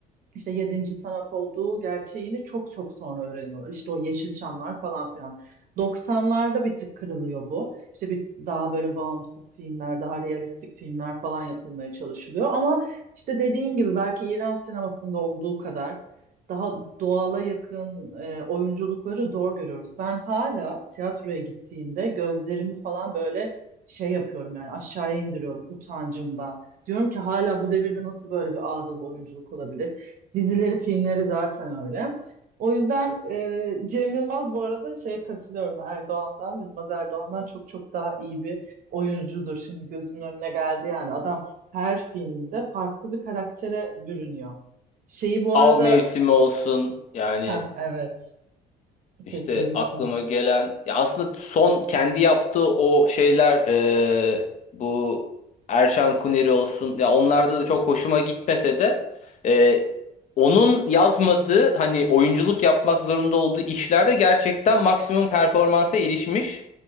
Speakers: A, on the right; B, on the left.
A: işte yedinci sanat olduğu gerçeğini çok çok sonra öğreniyorlar. İşte o Yeşilçamlar falan filan. 90'larda bir tık kırılıyor bu. İşte bir daha böyle bağımsız filmler, daha realistik filmler falan yapılmaya çalışılıyor. Ama işte dediğin gibi belki İran sinemasında olduğu kadar daha doğala yakın e, oyunculukları zor görüyoruz. Ben hala tiyatroya gittiğimde gözlerimi falan böyle şey yapıyorum yani aşağıya indiriyorum utancımdan. Diyorum ki hala bu devirde nasıl böyle bir ağdalı oyunculuk olabilir? Dizileri, filmleri zaten öyle. O yüzden e, Cem Yılmaz bu arada şeye katılıyorum Erdoğan'dan, Yılmaz Erdoğan'dan çok çok daha iyi bir oyuncudur. Şimdi gözümün önüne geldi yani adam her filminde farklı bir karaktere bürünüyor. Şeyi bu
B: Av
A: arada,
B: mevsimi olsun yani
A: ha evet
B: İşte
A: kesinlikle.
B: aklıma gelen ya aslında son kendi yaptığı o şeyler e, bu Erşan Kuneri olsun ya onlarda da çok hoşuma gitmese de e, onun yazmadığı hani oyunculuk yapmak zorunda olduğu işlerde gerçekten maksimum performansa erişmiş.